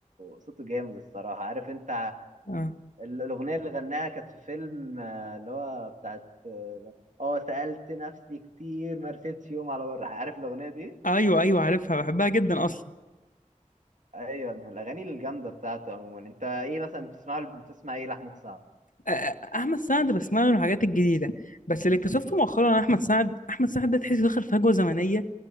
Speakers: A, on the right; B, on the left.
A: صوته جامد الصراحة عارف انت
B: آه.
A: ال- الأغنية اللي غناها كانت في فيلم آه، اللي هو بتاعت اه آه، سألت نفسي كتير ما رستش يوم على بره عارف الأغنية دي؟
B: ايوه ايوه عارفها بحبها جدا اصلا
A: أيوة من الأغاني الجامدة بتاعته عموما أنت إيه مثلا بتسمع بتسمع إيه لأحمد سعد؟
B: آه، احمد سعد بسمع له الحاجات الجديده بس اللي اكتشفته مؤخرا عن احمد سعد احمد سعد ده تحس دخل فجوه زمنيه